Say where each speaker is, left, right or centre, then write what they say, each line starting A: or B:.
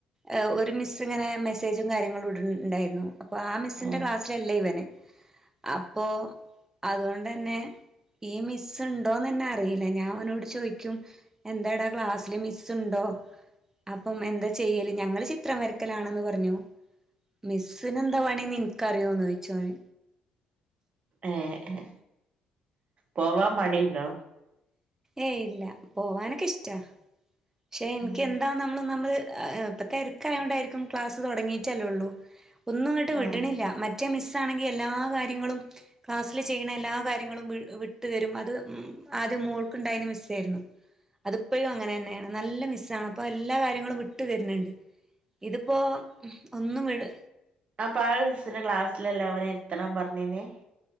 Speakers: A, on the right; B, on the right.
A: ഏഹ് ഒരു മിസ് ഇങ്ങനെ മെസ്സേജും കാര്യങ്ങളും ഇടുണ്ടായിരുന്നു. അപ്പോ ആ മിസിന്റെ
B: ഏഹ്
A: ക്ലാ സ്സല്ല ഇവന് അപ്പോ അതോണ്ടന്നെ ഈ മിസ്സ് ഇണ്ടോന്നന്നെ അറിയ് ല്ല ഞാൻ ഓനോട് ചോയ്ക്കും എന്തേടാ ക്ലാസ്സില് മിസ്സ്ണ്ടോ? അപ്പം എന്താ ചെയ്യല്? ഞങ്ങള് ചിത്രം വരക്കലാണ്ന്ന് പറഞ്ഞു. മിസ്സിനെന്താ പണീന്ന് ഇനിക്കറിയോന്ന് ചോദിച്ച് ഓന്
B: ഏഹ് പോവാൻ മടിണ്ടോ?
A: ഏയ് ഇല്ല. പോവാനൊക്കെ ഇഷ്ടാ. പക്ഷേ എനിക്ക്
B: ആഹ്
A: എന്താ നമ്മള് നമ്മൾ ആഹ് ഇപ്പ തെരക്കായോണ്ടായിരിക്കും. ക്ലാസ്സ് തൊടങ്ങിട്ടല്ലേ ഉള്ളൂ ഒന്നുംങ്ങട്ട്
B: ആഹ്
A: വിടണ്ല്ല്യ. മറ്റേ മിസ്സാണെങ്കിൽ എല്ലാ കാര്യങ്ങളും ക്ലാസ്സില് ചെയ്യുന്ന എല്ലാ കാര്യങ്ങളും വി വിട്ടുതരും. അത് ഉം ആദ്യം മോൾക്ക്ണ്ടായ്ന മിസ്സേയിരുന്നു. <inaudible> അതിപ്പഴും അങ്ങനന്നേണ്. നല്ല മിസ്സാണ് അപ്പോ എല്ലാ കാര്യങ്ങളും വിട്ടു തരുന്നുണ്ട്. ഇതിപ്പോ ഒന്നും വിട്
B: അപ്പ ആഹ് മിസിന്റെ ക്ലാസ്സിലല്ലേ അവനേ ഇരുത്തണം പറഞ്ഞേനേ?